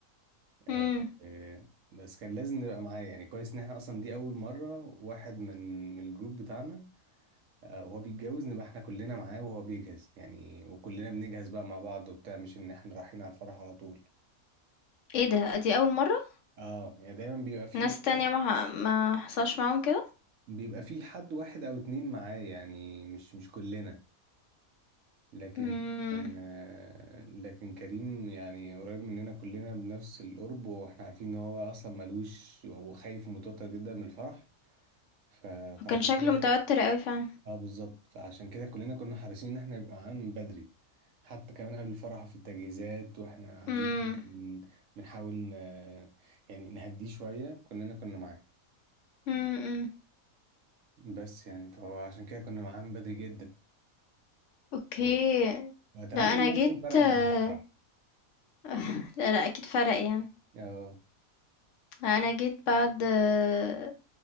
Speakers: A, on the right; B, on the left.
A: آه،
B: إمم.
A: آه، بس كان لازم نبقى معاه يعني كويس ان احنا اصلا دي اول مرة واحد من من الجروب بتاعنا آه، وهو بيتجوز نبقى احنا كلنا معاه وهو بيجهز يعني وكلنا بنجهز بقى مع بعض وبتاع مش ان احنا رايحين على الفرح على طول
B: إيه ده، دي أول مرّة؟
A: اه يعني دايما بيبقى في
B: ناس
A: واحد
B: تانية ما ما حصلش معاهم كده؟
A: بيبقى في حد واحد او اتنين معاه يعني مش مش كلنا لكن
B: إمم،
A: آه، لكن كريم يعني قريب مننا كلنا بنفس القرب واحنا عارفين ان هو اصلا ملوش وخايف ومتوتر جدا من الفرح ف...
B: هو
A: فعشان
B: كان شكله
A: كده
B: متوتر أوي فعلًا.
A: اه بالظبط فعشان كده كلنا كنا حريصين ان احنا يبقى معانا من بدري حتى كمان قبل الفرح في التجهيزات واحنا قاعدين
B: امم
A: بن- بنحاول ن- يعني نهديه شوية كلنا كنا معاه
B: امم أمم.
A: بس يعني فهو عشان كده كنا معاه من بدري جدا
B: اوكي
A: و- واتمنى
B: لا
A: ان
B: انا
A: هو
B: جيت
A: يكون فرق
B: آه،
A: معاه بصراحة
B: <laughs> لا لا اكيد فرق يعني
A: اه
B: لا انا جيت بعد آه،